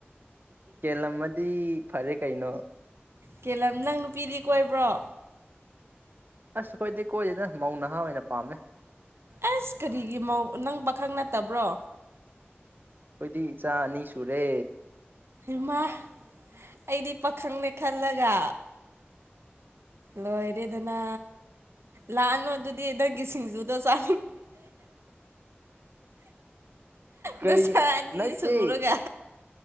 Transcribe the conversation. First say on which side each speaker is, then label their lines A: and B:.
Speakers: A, on the right; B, on the right.
A: ꯀꯦꯜꯂꯝꯃꯗꯤ ꯐꯔꯦ ꯀꯩꯅꯣ
B: ꯀꯦꯂꯝ ꯅꯪ ꯅꯨꯄꯤꯗꯤ ꯀꯣꯏꯕ꯭ꯔꯣ
A: ꯑꯁ ꯑꯩꯈꯣꯏꯗꯤ ꯀꯣꯏꯗꯦꯗ ꯃꯧ ꯅꯍꯥ ꯑꯣꯏꯅ ꯄꯥꯝꯃꯦ
B: ꯑꯁ ꯀꯔꯤꯒꯤ ꯃꯧ ꯅꯪ ꯄꯥꯈꯪ ꯅꯠꯇꯕ꯭ꯔꯣ
A: ꯑꯩꯈꯣꯏꯗꯤ ꯏꯆꯥ ꯑꯅꯤ ꯁꯨꯔꯦ
B: ꯏꯃꯥ ꯑꯩꯗꯤ ꯄꯥꯈꯪꯅꯦ ꯈꯜꯂꯒ ꯂꯣꯏꯔꯦꯗꯅ ꯂꯥꯛꯑꯅꯣ ꯑꯗꯨꯗꯤ ꯅꯪꯒꯤ ꯁꯤꯡꯖꯨꯗ ꯆꯥ
A: ꯀꯩ
B: ꯅꯁꯥ ꯑꯅꯤ
A: ꯅꯠꯇ
B: ꯁꯨꯔꯒ